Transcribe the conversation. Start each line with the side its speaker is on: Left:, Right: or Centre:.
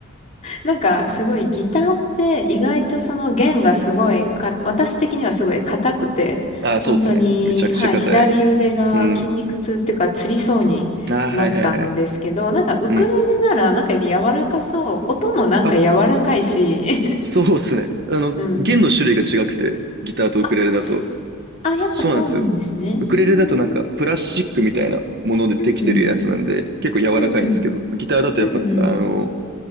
Left: なんかすごいギターって意外とその弦がすごいか、私的にはすごい硬くて、
Right: あーそうですね。
Left: 本当に、
Right: めちゃくちゃ硬い。
Left: はい、左腕が筋肉痛っていうか、
Right: うん。
Left: つりそうになったんですけど、
Right: ああ、はいはいはい。
Left: なんかウクレレならなんか柔らかそう。
Right: うん。
Left: 音もなんか柔らかいし。
Right: あ、
Left: <laughs>
Right: そうっすね。あの、
Left: うん。
Right: 弦の種類が違くて、ギターとウクレレだと。
Left: あ、すあ、
Right: そうなんですよ。
Left: やっぱそうなんですね。
Right: ウクレレだとなんかプラスチックみたいなものでできてるやつなんで、
Left: うーん。うんうん。
Right: 結構柔らかいんですけど、
Left: うんうん。
Right: ギターだとやっぱ、
Left: うんうん。
Right: あの、